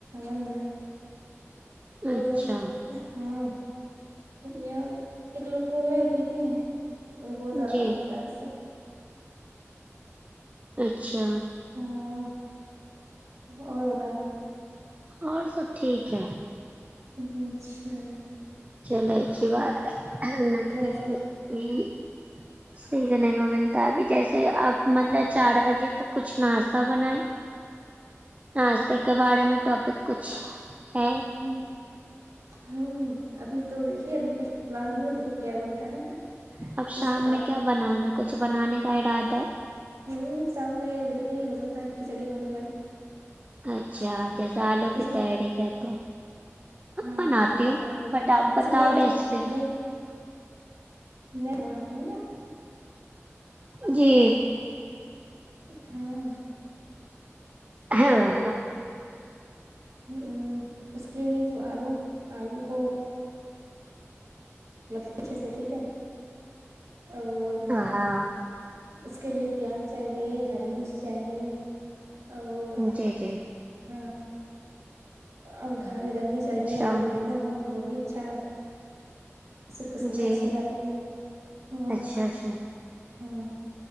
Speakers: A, on the right; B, on the right.
A: بند ہے اور
B: اچھا
A: ہاں یہاں ایک لوگ کو ہے پیتے ہیں انہیں بہت آرام
B: جی
A: ملتا ہے اس سے
B: اچھا
A: ہوں اور بتائیں
B: اور سب ٹھیک ہے
A: جی اچھا
B: چلے اچھی بات ہے نہیں
A: رہے سب
B: یہ سیکھنے کو ملتا ہے ابھی جیسے آپ مطلب چار بجے کا کچھ ناشتہ بنائیں ناشتے کے بارے میں ٹاپک کچھ ہے
A: ہ ہوں ابھی تو دیکھیے ابھی کچھ پلان نہیں ہے دیکھیے کیا بنتا ہے
B: اب
A: کچھ
B: شام میں
A: آپ
B: کیا بنانا کچھ بنانے کا ارادہ ہے
A: ہوں شام میں دیکھیے ہو سکتا ہے کھچڑی بن جائے
B: اچھا جیسے آلو
A: کھچڑی
B: کی تہری کہتے ہیں
A: ہاں
B: بناتی
A: تہری
B: ہوں
A: کہتے
B: بٹ
A: ہیں
B: آپ
A: جسے
B: بتاؤ
A: نہیں
B: ریسیپی
A: نہیں نہیں بناتے ہیں نا
B: جی
A: ہاں یہ
B: ہاں
A: تو ہم اس کے ہی تو آلو آلو کو مطلب اچھے سے ٹھیک ہے اور
B: ہاں
A: اس کے لئے پیاز چاہیے ہری مرچ چاہیے اور
B: جی جی
A: ہاں اور دھ دانیاں چاہیے
B: اچھا
A: اگر
B: ہوں
A: پودینہ ہو تو وہ بھی اچھا ہے اس سے خوشبو
B: جی
A: اچھی آتی ہے ہاں
B: اچھا اچھا
A: ہاں